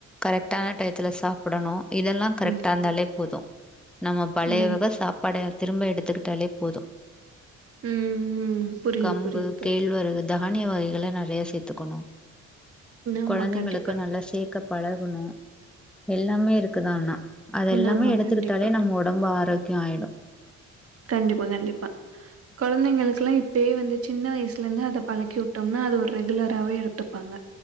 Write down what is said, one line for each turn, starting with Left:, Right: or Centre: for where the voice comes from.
Centre: கரெக்ட்டான டயத்துல சாப்டனு இதெல்லா கரெக்டா
Right: ம்.
Centre: இருந்தாலே போது நம்ம பழைய
Right: என்ன
Centre: வக சாப்ப பாட திரும்ப எடுத்துக்கிட்டாலே போது
Right: ம், ம். புரியுது,
Centre: கம்பு
Right: புரியுது தோழி.
Centre: கேழ்வரகு தானிய வகைகள நெறய சேத்துக்கனு
Right: ஆமா
Centre: கொழந்தைங்களுக்கு
Right: கண்டிப்பா.
Centre: நல்லா சேக்க பழகனு எல்லாமே இருக்குது ஆனா அதெல்லாமே
Right: ஆமா
Centre: எடுத்துக்கிட்டாலே
Right: கண்டிப்பா.
Centre: நம்ம ஒடம்பு ஆரோக்கிய ஆயிடு
Right: கண்டிப்பா கண்டிப்பா கொழந்தைங்களுக்கெல்லா இப்பயே வந்து சின்ன வயசுல இருந்து அத பழக்கி விட்டோம்னா அது ஒரு ரெகுலராவே எடுத்துப்பாங்க